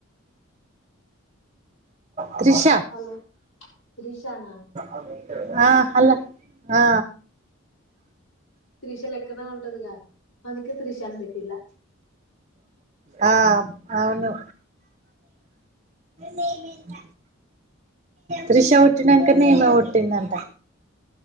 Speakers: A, on the right; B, on the left.
A: త్రిష
B: హలో త్రిషానా
A: అదే అహా నేను ఆ హలో ఆ
B: త్రిష లెక్కనే ఉంటదిగా అందుకే త్రిష అని పెట్టి లా
A: అ అవును మేమెంత త్రిష పుట్టినంక నే ఈమే పుట్టిందంట